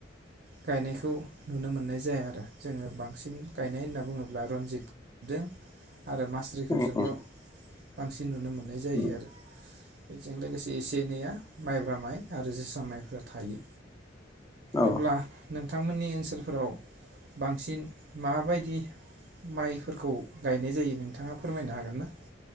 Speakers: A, on the right (about 55°); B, on the left (about 15°).
A: गायनायखौ नुनो मोननाय जाया आरो जोंङो बांसिन बांसिन गायनाय होनना बुङोब्ला रन्जित गदों आरो मास्रिखौ
B: उम
A: जोंल'
B: उम
A: बांसिन नुनो मोननाय जायो
B: उम
A: आरो बेजों लोगोसे एसे एनैया माइब्रा माइ आरो जोसारा माइफोरा थायो।
B: औ
A: अब्ला नोंथांमोननि ओनसोलफोराव बांसिन माबायदि माइफोरखौ गायनाय जायो नोंथाङा फोरमायनो हागोन ना?